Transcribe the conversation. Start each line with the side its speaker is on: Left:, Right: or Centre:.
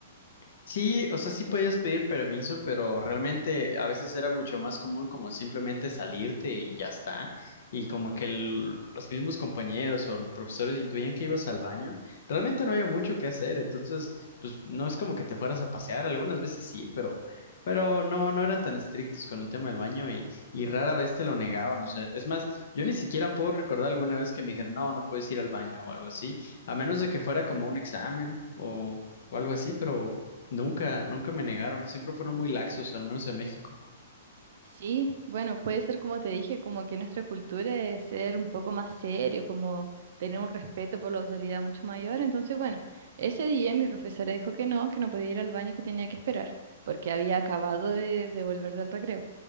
Left: Sí, o sea, sí podías pedir permiso, pero realmente a veces era mucho más común como simplemente salirte y ya está. Y como que el- los mismos compañeros o los profesores intuían que ibas al baño, realmente no había mucho que hacer. Entonces, pues no es como que te fueras a pasear, algunas veces sí, pero, pero no, no eran tan estrictos con el tema del baño y, y rara vez te lo negaban. O sea, es más, yo
Right: Mm.
Left: ni siquiera puedo recordar alguna vez que me dijeron, no, no puedes ir al baño o algo así, a menos de que fuera como un examen o o algo así, pero... Nunca, nunca me negaron. Siempre fueron
Right: ujú.
Left: muy laxos, al menos en México.
Right: Sí, bueno, puede ser como te dije, como que nuestra cultura es ser un poco más serio, como tener un respeto por la autoridad mucho mayor. Entonces, bueno, ese día mi profesora dijo que no, que no podía ir al baño, que tenía que esperar, porque había acabado de, de volver del recreo.